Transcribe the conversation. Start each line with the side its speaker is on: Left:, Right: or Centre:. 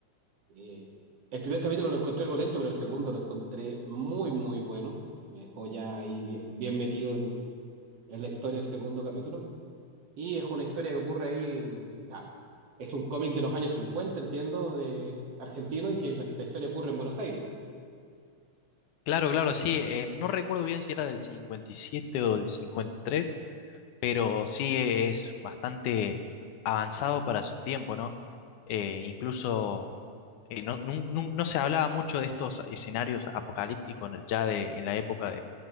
Right: Eh, el primer capítulo lo encontré algo lento, pero el segundo lo encontré muy, muy bueno. Me dejó ya ahí bien, bien metido en, en la historia del segundo capítulo. Y es una historia que ocurre ahí en... ah, es un cómic de los años 50, entiendo, de argentino y que la la historia ocurre en Buenos Aires.
Left: Claro, claro, sí. eh, no recuerdo bien si era del 57 o del 53, pero sí e, es bastante avanzado para su tiempo, ¿no? Eh, incluso eh, no, nun- nun- no se hablaba mucho de estos escenarios apocalípticos en el- ya de, en la época